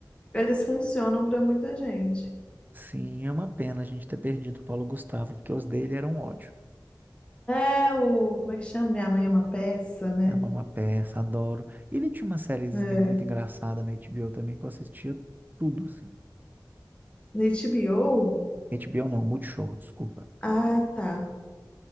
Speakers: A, on the left (about 15°); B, on the right (about 25°).
A: eles funcionam pra muita gente.
B: Sim, é uma pena a gente ter perdido o Paulo Gustavo, porque os dele eram ótimos.
A: É o. Como é que chama? Minha Mãe é uma Peça, né?
B: É a Mama Peça, adoro. E ele tinha uma sériezinha
A: É.
B: muito engraçada na HBO também que eu assistia tudo, assim.
A: Na HBO?
B: HBO não, Multishow, desculpa.
A: Ah, tá.